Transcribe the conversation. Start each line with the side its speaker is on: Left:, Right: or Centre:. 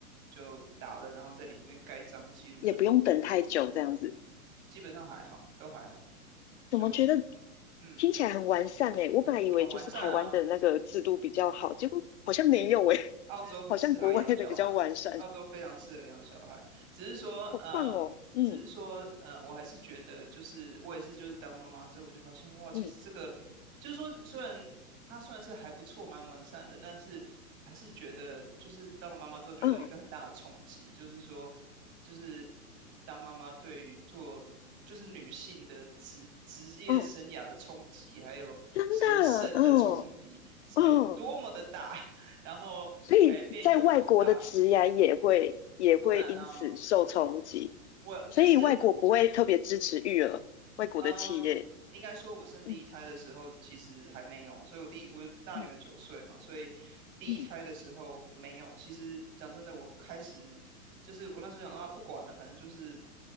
Right: 就打了，然后在你那边盖章记录就好了，
Left: 也不用等太久这样子。
Right: 基本上还好，都还好，就
Left: 怎么觉得
Right: 嗯，
Left: 听起来很完善诶？我本来以为就是台湾的那个制度比较好，
Right: 很完善啊。
Left: 结果好像没有诶，<laughs>
Right: 澳洲很适合养小孩，
Left: 好像国外的比较完善。
Right: 澳洲非常适合养小孩。只是说，
Left: 好棒哦，
Right: 嗯，
Left: 嗯
Right: 只是说，嗯，我还是觉得，就是我也是，就是当妈妈之后，我就发现，哇，其实这个，
Left: 嗯
Right: 就是说，虽然它算是还不错，蛮完善的，但是还是觉得，就是当了妈妈之后，觉得一个很大的冲击，
Left: 嗯
Right: 就是说，就是呃当妈妈对于做。就是女性的职职业生涯的冲击，
Left: 嗯。哦
Right: 还有人生的冲击是有多么的大。
Left: 真的，哦哦，
Right: 然后改变有多大？
Left: 所以在外国的职涯也会也会因此受冲击，
Right: 当然呢、我就是
Left: 所以外国不会特别支持育儿，外国的企业，
Right: 嗯，应该说，我生第一胎的时候其实还没有，
Left: 嗯
Right: 所以我第一我大女儿九岁嘛，
Left: 嗯
Right: 所以第一胎的时候没有。
Left: 嗯，嗯
Right: 其实讲真的，我开始就是我那时候想啊，不管了，反正就是